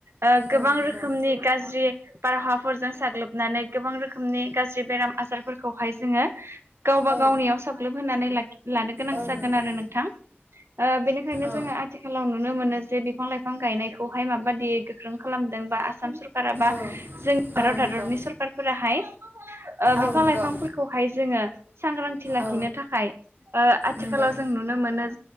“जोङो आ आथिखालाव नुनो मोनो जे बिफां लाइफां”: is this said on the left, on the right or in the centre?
Right